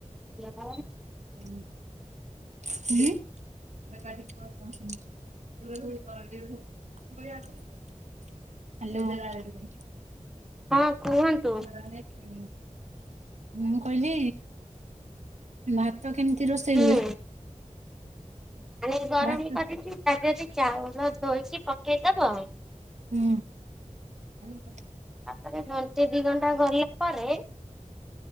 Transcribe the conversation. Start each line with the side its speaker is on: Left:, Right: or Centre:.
Centre: <unintelligible>
Right: ହୁଁ। ହାଲୋ।
Centre: ହଁ କୁହନ୍ତୁ।
Right: <unintelligible> ମୁଁ କହିଲି ଭାତ କେମିତି ରୋଷେଇ
Centre: ହୁଁ
Right: ହୁଏ?
Centre: ପାଣି ଗରମ
Right: ଭାତ
Centre: କରିକି ତା ଦେହରେ ଚାଉଳ ଧୋଇକି ପକେଇଦବ।
Right: ହୁଁ। <unintelligible>
Centre: ତାପରେ ଘଣ୍ଟେ ଦି ଘଣ୍ଟା ଗଲା ପରେ